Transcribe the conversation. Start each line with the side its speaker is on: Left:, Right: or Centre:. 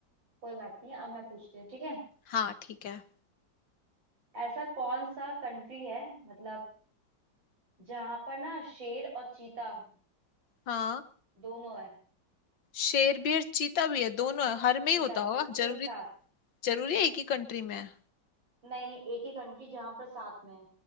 Right: कोई बात नहीं अब मैं पूछती हूँ ठीक है
Left: हाँ ठीक है
Right: ऐसा कौन सा कंट्री है मतलब जहां पर ना शेर और चीता
Left: हाँ
Right: दोनों है
Left: शेर भी है चीता भी है दोनों है हर में
Right: चीता
Left: ही होता
Right: भी
Left: होगा
Right: है
Left: जरूरी
Right: एक साथ
Left: जरूरी है एक ही कंट्री में है
Right: नहीं नहीं एक ही कंट्री जहां पर साथ में है